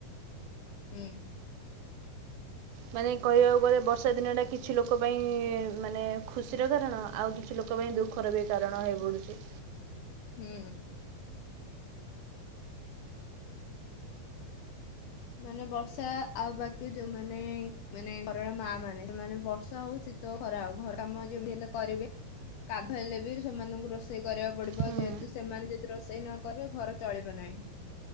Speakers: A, on the left; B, on the right.
A: ହୁଁ।
B: ମାନେ କହିବାକୁ ଗଲେ ବର୍ଷା ଦିନ ଟା କିଛି ଲୋକ ପାଇଁ ମାନେ ଖୁସିର କାରଣ ଆଉ କିଛି ଲୋ ଲୋକ ପାଇଁ ଦୁଖର ବି କାରଣ ହେଇ ପଡୁଛି।
A: ହୁଁ ମାନେ ବର୍ଷା ଆଉ ବାକି ଯୋଉମାନେ ମାନେ ଘରର ମା ମାନେ ସେମାନେ ବର୍ଷା ହଉଛି ତ ଖରା ହଉ ଘର କାମ ଯେମିତି ହେଲେ କରିବେ କାଦୁଅ ହେଲେ ବି ସେମାନଙ୍କୁ ରୋଷେଇ କରିବାକୁ ପଡିବ
B: ହୁଁ
A: ଯେହେତୁ ସେମାନେ ଯଦି ରୋଷେଇ ନ କରିବେ ଘର ଚଳିବ ନାହିଁ